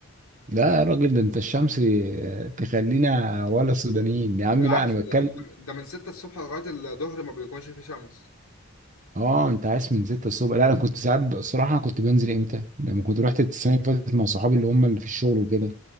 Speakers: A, on the right; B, on the left.
A: لا يا راجل ده انت الشمس آه، تخلينا ولا السودانيين يا عم
B: بالعكس
A: لا انا
B: ده,
A: بتكلم
B: ده ده من 6 الصبح لغاية الظهر ما بيكونش فيه شمس
A: اه انت عايز من 6 الصبح لا انا كنت ساعات ب- الصراحه انا كنت بنزل امتى لما كنت رحت السنه اللي فاتت مع صحابي اللي هم اللي في الشغل وكده